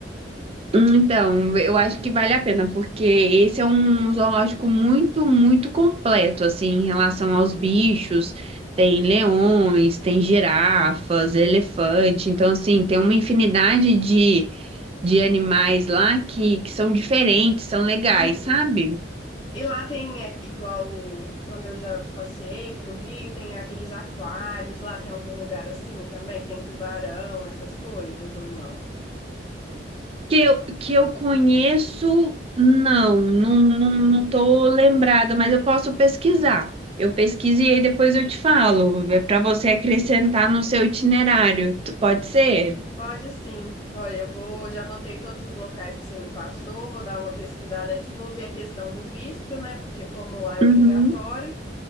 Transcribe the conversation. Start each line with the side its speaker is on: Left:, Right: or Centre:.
Right: Hum, Então, eu acho que vale a pena, porque esse é um zoológico muito, muito completo, assim, em relação aos bichos. Tem leões, tem girafas, elefante. Então, assim, tem uma infinidade de, de animais lá que, que são diferentes, são legais,
Left: Uhum.
Right: sabe?
Left: E lá tem, é, igual o- quando eu já passei pro Rio, tem aqueles aquários, lá tem algum lugar assim também, que tem tubarão, essas coisas, ou não?
Right: Que eu, que eu conheço, não, não, não,
Left: Hum.
Right: não tô lembrada, mas eu posso pesquisar. Eu pesquiso e aí depois eu te falo, é para você acrescentar no seu itinerário, t- pode ser?
Left: Pode sim, pode. Eu vou, já anotei todos os locais que você me passou, vou dar uma pesquisada aqui, vou ver a questão do visto, né? Porque como lá é obrigatório,
Right: Uhum.